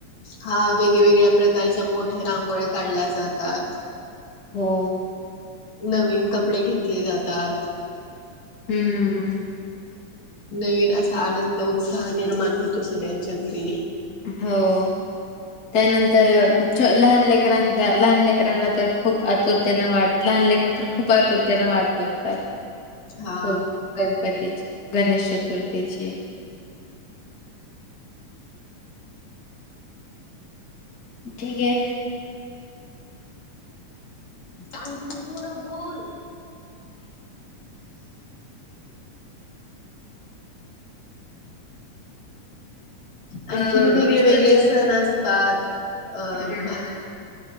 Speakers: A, on the left; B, on the left.
A: हा वेगवेेगळ्या प्रकारच्या मोठ्या रांगोळ्या काढल्या जातात.
B: हो.
A: नवीन कपडे घेतले जातात.
B: हम्म हम्म हम्म.
A: नवीन असा आनंद उत्साह निर्माण होतो सगळ्यांच्या घरी.
B: हो. त्यानंतर च लहान लेकरां लहान लेकरांना तर खूप आतुरतेन वाट लेकरं तर खूप आतुरतेना वाट बघतात.
A: हा
B: हो गणपतीची गणेश चतुर्थीची. ठीके.
A: आणखी थोडं बोल.
B: अ
A: आणखीन वेगळे
B: विसर्जन
A: वेगळे सण असतात. अ
B: हम्म.
A: भा